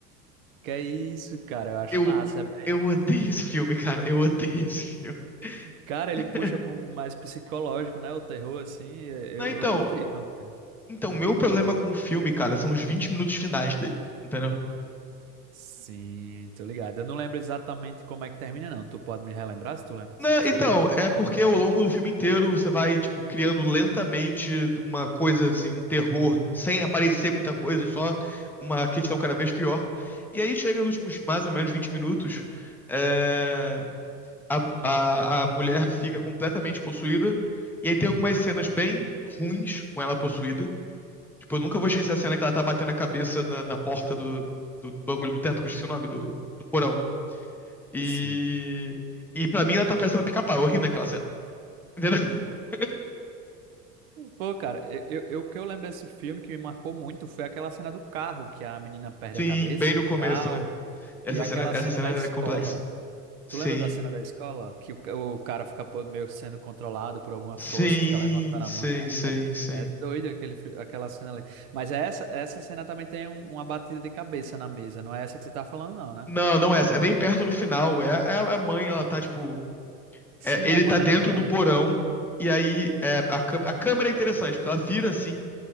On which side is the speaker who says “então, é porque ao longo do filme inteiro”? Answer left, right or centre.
Centre